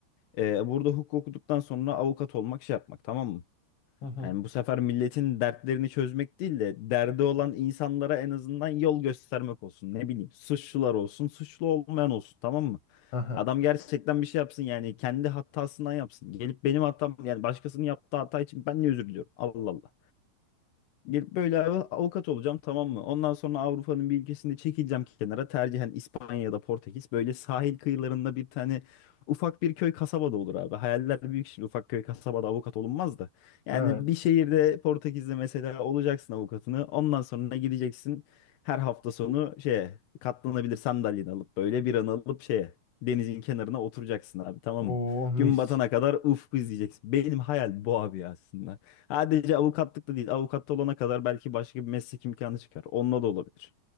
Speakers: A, on the left; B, on the left.
A: e, burada hukuk okuduktan sonra avukat olmak şey yapmak tamam mı?
B: Hı hı.
A: Yani bu sefer milletin dertlerini çözmek değil de derdi olan insanlara en azından yol göstermek olsun. Ne bileyim suçlular olsun suçlu olmayan olsun tamam mı?
B: Aha,
A: Adam gerçekten bir şey yapsın yani kendi hatasından yapsın. Gelip benim hatam yani başkasının yaptığı hata için ben niye özür diliyorum? Allah Allah. Gelip böyle av- avukat olacağım tamam mı? Ondan sonra Avrupa'nın bir ülkesinde çekileceğim kenara. Tercihen İspanya'da Portekiz. Böyle sahil kıyılarında bir tane ufak bir köy kasabada olur abi. Hayaller büyük şimdi ufak köy kasabada avukat olunmaz da. Yani
B: Evet.
A: bir şehirde Portekiz'de mesela olacaksın avukatını. Ondan sonra gideceksin her hafta sonu şeye katlanabilir sandalyeni alıp böyle bir an alıp şeye denizin kenarına oturacaksın abi tamam mı?
B: Oh mis.
A: Gün batana kadar ufku izleyeceksin. Benim hayal bu abi aslında. Sadece avukatlık da değil. Avukat olana kadar belki başka bir meslek imkanı çıkar. Onunla da olabilir.